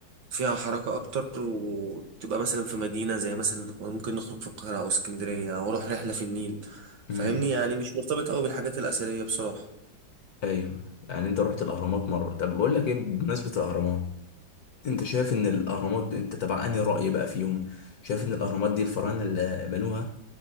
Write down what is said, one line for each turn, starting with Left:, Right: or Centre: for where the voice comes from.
Right: فيها حركة أكتر وتبقى مثلا في مدينة زي مثلا ممكن نخرج في القاهرة أو اسكندرية أو أروح رحلة في النيل فاهمني
Left: مم.
Right: يعني مش مرتبط أوي بالحاجات الأثرية بصراحة
Left: أيوه يعني أنت رحت الأهرامات مرة طب بقول لك إيه بمناسبة الأهرامات انت شايف ان الاهرامات دي انت تبع انهي رأي بقى فيهم شايف ان الاهرامات دي الفراعنه اللي بنوها